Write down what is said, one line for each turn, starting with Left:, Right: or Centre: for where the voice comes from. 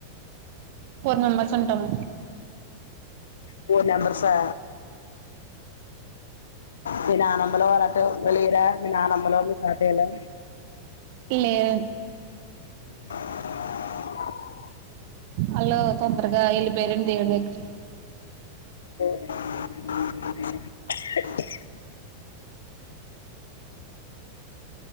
Right: ఫోర్ మెంబర్స్ ఉంటాము
Left: ఫోర్ మెంబర్సా మీ నాన్నమ్మలు అటు లేరా నానమ్మలు తాతయ్యలు
Right: ఇ <inaudible>
Left: <inaudible>
Right: ఆల్లు తొందరగా యెళ్ళిపోయారండి దేవుడి దగ్గరకి
Left: <inaudible>